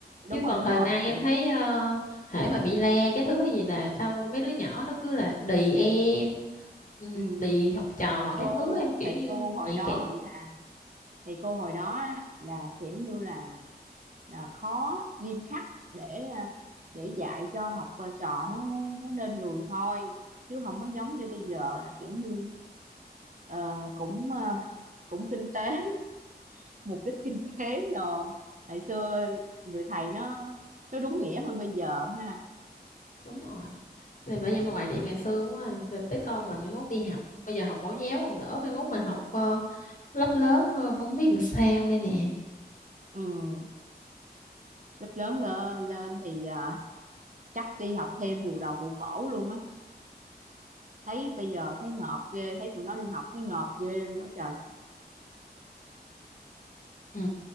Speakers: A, on the left; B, on the right.
A: chứ
B: đúng
A: còn
B: rồi đúng
A: thời
B: rồi
A: nay
B: thầy
A: em thấy uh, hễ mà bị le cái thứ hay gì là sao mấy đứa nhỏ nó cứ là đì em ừ,
B: ừ.
A: đì học trò
B: thầy cô
A: các thứ em kiểu
B: thầy
A: như
B: cô hồi
A: nhạy
B: đó
A: cảm
B: là thầy cô hồi đó á, là kiểu như là, là khó nghiêm khắc để à, để dạy cho học à, trò nó nó, nó nên người thôi chứ không có giống như bây giờ là kiểu như Ờ, cũng ờ, cũng kinh tế <laughs> mục đích kinh tế rồi ngày xưa người thầy nó nó đúng nghĩa hơn bây giờ ha
A: đúng rồi thì bây giờ mà hoài niệm ngày xưa quá à. Đợt tới con mình mới mốt đi học bây giờ học mẫu giáo còn đỡ mai mốt mà học ờ, lớp lớn hơn không biết làm sao đây nè
B: ừ, lớp lớn lên, lên thì ờ, chắc đi học thêm bù đầu bù cổ luôn á thấy bây giờ thấy ngợp ghê thấy tụi nó đi học thấy ngợp ghê luôn á trời
A: Ừ.